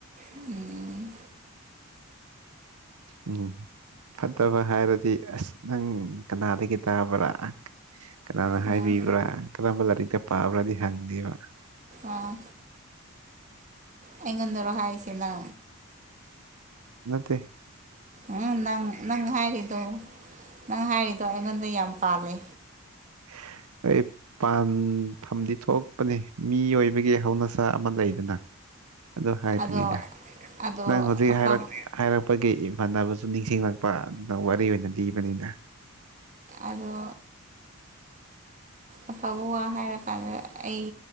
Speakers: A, on the right; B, on the right.
A: ꯎꯝ
B: ꯎꯝ ꯐꯠꯇꯕ ꯍꯥꯏꯔꯗꯤ ꯑꯁ ꯅꯪ ꯀꯅꯥꯗꯒꯤ ꯇꯥꯕ꯭ꯔꯥ ꯀꯅꯥꯅ
A: ꯑꯣ
B: ꯍꯥꯏꯕꯤꯕ꯭ꯔꯥ ꯀꯔꯝꯕ ꯂꯥꯏꯔꯤꯛꯇ ꯄꯥꯕ꯭ꯔꯥꯗꯤ ꯍꯪꯗꯦꯕ
A: ꯑꯥ ꯑꯩꯉꯣꯟꯗꯔꯣ ꯍꯥꯏꯁꯤꯅ
B: ꯇꯦ
A: ꯎꯝ ꯅꯪ ꯅꯪ ꯍꯥꯏꯗꯨꯣ ꯅꯪ ꯍꯥꯏꯔꯤꯗꯣ ꯑꯩꯉꯣꯟꯗ ꯌꯥꯝ ꯄꯥꯜꯂꯦ
B: <inaudible> ꯑꯩ ꯄꯥꯟꯐꯝꯗꯤ ꯊꯣꯛꯂꯛꯄꯅꯤ ꯃꯤ ꯑꯣꯏꯕꯒꯤ ꯍꯧꯅꯁꯥ ꯑꯃ ꯂꯩꯗꯅ ꯑ ꯍꯥꯏꯕꯅꯤꯗ
A: ꯑꯗꯣ ꯑꯗꯣ
B: ꯅꯪ ꯍꯧꯖꯤꯛ
A: ꯑꯐꯕ
B: ꯍꯥꯏꯔꯛ ꯍꯥꯏꯔꯛꯄꯒꯤ ꯐꯥꯟꯅꯕꯁꯨ ꯅꯤꯡꯁꯤꯡꯂꯛꯄ ꯑꯗꯨꯅ ꯋꯥꯔꯤ ꯑꯣꯏꯅ ꯂꯤꯕꯅꯤꯅ
A: ꯑꯗꯣ ꯑꯐꯕ ꯋꯥ ꯍꯥꯏꯔꯀꯥꯟꯗ ꯑꯩ